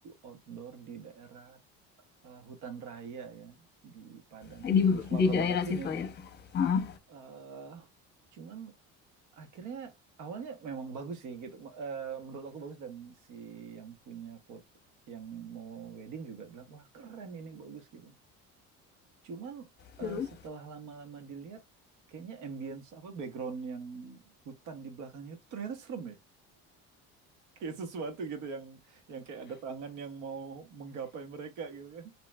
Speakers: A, on the right; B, on the left.
A: outdoor di daerah eh, hutan raya ya di Padang
B: <laughs> di
A: di Sumatera
B: di daerah
A: Barat
B: situ
A: sini
B: ya. Hah?
A: eh cuman akhirnya awalnya memang bagus sih gitu Eh, menurut aku bagus dan si yang punya foto yang mau wedding juga bilang wah keren ini bagus gitu cuman
B: Terus?
A: eh, setelah lama-lama dilihat kayaknya ambience apa background yang hutan di belakangnya itu ternyata serem ya kayak sesuatu gitu yang yang kayak ada tangan yang mau menggapai mereka gitu kan.